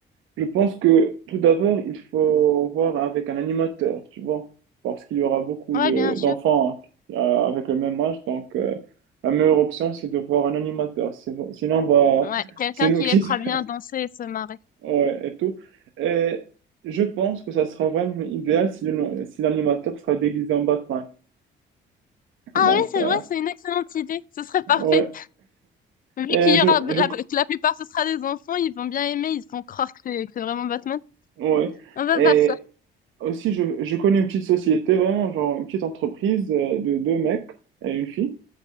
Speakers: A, on the right (about 80°); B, on the left (about 45°).
A: je pense que tout d'abord, il faut voir avec un animateur, tu vois, parce qu'il y aura beaucoup
B: Ouais,
A: de-
B: bien sûr.
A: d'enfants euh, avec le même âge. Donc, euh, la meilleure option, c'est de voir un animateur. C'est- Sinon, on
B: Ouais,
A: va...
B: quelqu'un
A: c'est nous
B: qui
A: qui...
B: les fera
A: <laughs>
B: bien danser et se marrer.
A: Ouais, et tout. Et je pense que ça sera vraiment idéal si le- no, si l'animateur sera déguisé en Batman.
B: Ah
A: Donc,
B: oui, c'est
A: euh,
B: vrai, c'est une excellente idée. Ce serait parfait.
A: ouais.
B: Vu
A: Et
B: qu'il y
A: je,
B: aura la,
A: je,
B: que la plupart ce sera des enfants, ils vont bien aimer, ils se font croire que c'est que c'est vraiment Batman.
A: ouais.
B: On va
A: Et
B: voir ça.
A: aussi, je, je connais une petite société, vraiment, genre une petite entreprise euh, de deux mecs et une fille.